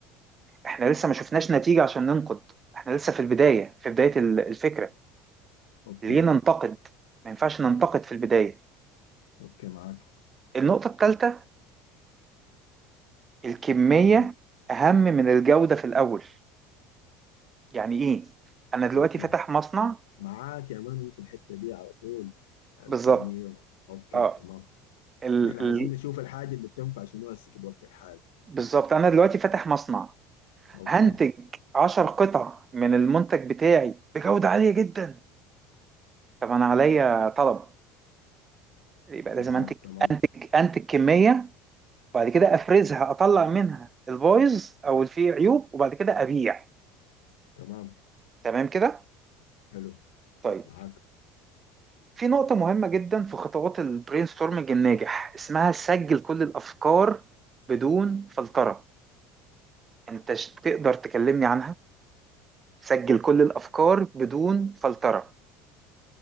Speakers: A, on the right; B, on the left.
A: احنا لسه ما شفناش نتيجة عشان ننقد احنا لسه في البداية في بداية ال- الفكرة
B: اوكي
A: ليه ننتقد ما ينفعش ننتقد في البداية
B: اوكي معاك
A: النقطة الثالثة الكمية
B: اها
A: أهم من الجودة في الأول يعني إيه؟ أنا دلوقتي
B: اوكي
A: فاتح مصنع
B: معاك يا مان في الحتة دي على طول الكمية
A: بالظبط
B: اوكي
A: أه
B: تمام
A: ال...
B: نحن عايزين
A: ال...
B: نشوف الحاجة اللي بتنفع شنو هسه في الوقت الحالي
A: بالظبط أنا دلوقتي فاتح مصنع
B: اوكي
A: هنتج عشر قطع من المنتج بتاعي بجودة عالية جدا طب أنا عليا طلب يبقى لازم
B: ها
A: أنتج
B: تمام
A: أنتج كمية وبعد كده أفرزها أطلع منها البايظ أو اللي فيه عيوب وبعد كده أبيع
B: تمام
A: تمام كده؟
B: حلو
A: طيب
B: معاك
A: في نقطة مهمة جدا في خطوات البرين ستورمنج الناجح اسمها سجل كل الأفكار بدون فلترة يعني أنت ش- تقدر تكلمني عنها سجل كل الأفكار بدون فلترة